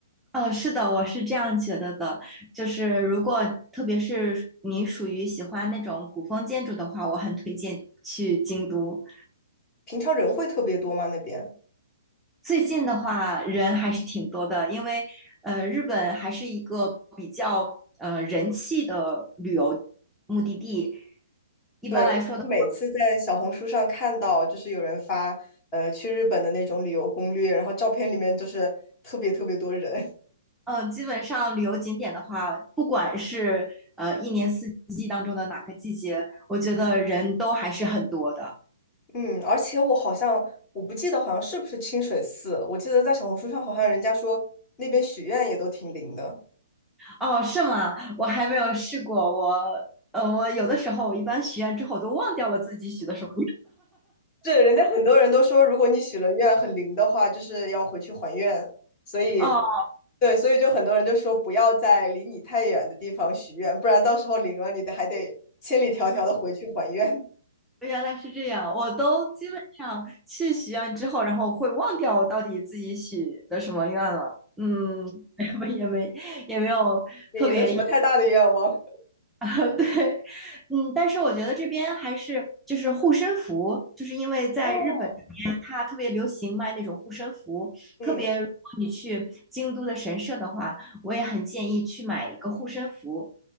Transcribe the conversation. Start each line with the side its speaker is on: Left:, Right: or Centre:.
Centre: 嗯，呃是的，我是这样觉得的，就是如果特别是你属于喜欢那种古风建筑的话，我很推荐去京都。
Left: 平常人会特别多吗？那边？
Centre: 最近的话，人还是挺多的，因为呃，日本还是一个比较呃人气的旅游目的地。一般来说的，
Left: 对，因为我每次在小红书上看到，就是有人发呃去日本的那种旅游攻略，然后照片里面就是特别特别多人。
Centre: 呃，基本上旅游景点的话，不管是呃一年四季当中的哪个季节，我觉得人都还是很多的。
Left: <laughs> 嗯，而且我好像我不记得好像是不是清水寺，我记得在小红书上好像人家说那边许愿也都挺灵的。
Centre: 哦，是吗？我还没有试过。我，呃，我有的时候我一般许愿之后都忘掉了自己许的什么
Left: 是人家很多人都说，如果你许了愿很灵的话，就是要回去还愿。所以，
Centre: 愿。<laughs> 哦，
Left: 对，所以就很多人就说不要在离你太远的地方许愿，不然到时候灵了，你得还得千里迢迢的回去还愿，
Centre: 原来是这样。我都基本上去许愿之后，然后会忘掉我到底自己许的什么愿了。嗯，<laughs> 也没也没也没有特别硬。
Left: <laughs> 也也没有什么太大的愿望。<laughs>
Centre: <laughs> 对，嗯，但是我觉得这边还是就是护身符，就是因为在日本这边它特别流行卖那种护身符，
Left: 哦，嗯，
Centre: 特别如果你去京都的神社的话，我也很建议去买一个护身符，